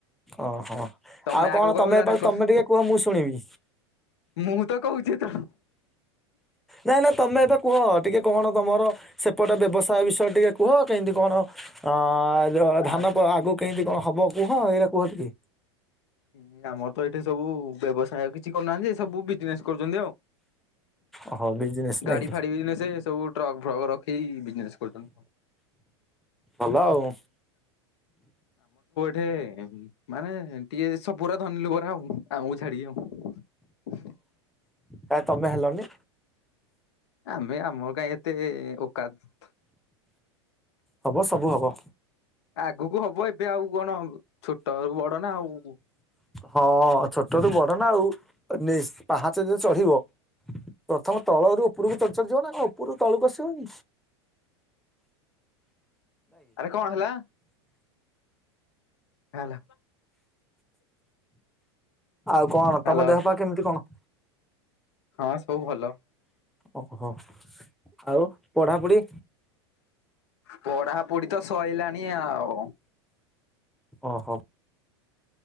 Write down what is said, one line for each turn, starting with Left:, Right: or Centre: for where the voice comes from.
Centre: ଓହୋ।
Left: ତମେ
Centre: ଆଉ କଣ
Left: ଆଗ କହିବ ତାରେ କୋସ
Centre: ତମେ ଟିକେ କୁହ ମୁଁ ଶୁଣିବି।
Left: ମୁଁ ତ କହୁଛି। ତ
Centre: ନାଇଁ ନାଇଁ ତମେ ଏବେ କୁହ ଟିକେ କଣ ତମର ସେପଟ ବ୍ୟବସାୟ ବିଷୟରେ ଟିକେ କୁହ କେଁତି କଣ। ଆ ଧ
Left: ଆ
Centre: ଧାନ ଆଗକୁ କେଁତି କଣ ହବ କୁହ ଏଇରା କୁହ ଟିକେ।
Left: ହୁଁ ଆମର ତ ଏଠି ସବୁ ବ୍ୟବସାୟ କି କିଛି କରୁନାହାନ୍ତି ଏ ସବୁ ବିଜନେସ କରୁଛନ୍ତି ଆଉ।
Centre: ଓହୋ ବିଜନେସ ନାଇଁ
Left: ଗାଡି
Centre: କି
Left: ଫାଡି ବିଜନେସ ସବୁ ଟ୍ରକ୍ ଫ୍ରକ ରଖି ବିଜନେସ କରୁଛନ୍ତି।
Centre: ଭଲ ଆଉ।
Left: ଥେ ମାନେ ଟିକେ। ସବୁ ଗୁରା ଧନୀ ଲୋକ ଗୁରା ଆଉ ଆମକୁ ଛାଡିକି ଆଉ।
Centre: କାଇ ତମେ ହେଲନି।
Left: ଆମେ ଆମର କାଇଁ ଏତେ ଓକାତ।
Centre: ହବ ସବୁ ହବ।
Left: ଆଗୁକୁ ହବ ଏବେ ଆଉ କଣ ଛୋଟ ବଡ ନା ଆଉ।
Centre: ହଁ ଛୋଟରୁୁ ବଡ ନା ଆଉ ନେଶ୍ ପାହାଚ ଯିଏ ଚଢିବ ପ୍ରଥମ। ତଳରୁ ଉପରକୁ ଚଢି ଚଢ଼ୀ ଯିବ ନା କଣ ଉପରୁ ତଳକୁ ଆସିବ ହାରି।
Left: ଆରେ କଣ ହେଲା ହେଲା।
Centre: ଆଉ କଣ ତମ
Left: ହ୍ୟାଲୋ
Centre: ଦେହ ପା କେମିତି କଣ?
Left: ହଁ ସବୁ ଭଲ।
Centre: ଓହୋ ଆଉ ପଢାପଢି।
Left: ପଢା ପୋଢି ତ ସଇଲାଣି ଆଉ।
Centre: ଓହୋ।